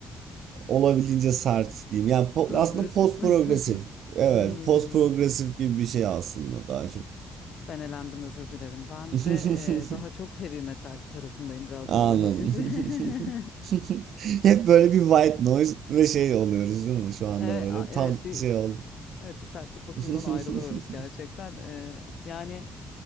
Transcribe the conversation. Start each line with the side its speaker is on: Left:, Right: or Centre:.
Right: olabildiğince sert diyeyim. Yani po-
Left: Progresif
Right: aslında post
Left: <laughs> metal.
Right: progresif.
Left: mi?
Right: Evet,
Left: Hmm,
Right: post progresif gibi bir şey aslında daha çok.
Left: ben elendim özür dilerim. Ben
Right: <laughs>
Left: de e, daha çok heavy metal tarafındayım biraz
Right: Anladım.
Left: daha ve hafif. <laughs>
Right: <laughs> <laughs> Hep böyle bir white noise ve şey oluyoruz değil mi? Şu anda
Left: Evet,
Right: böyle
Left: a- evet
Right: tam
Left: bir
Right: şey oldu.
Left: evet bir sertlik bakımından
Right: <laughs>
Left: ayrılıyoruz gerçekten. E, yani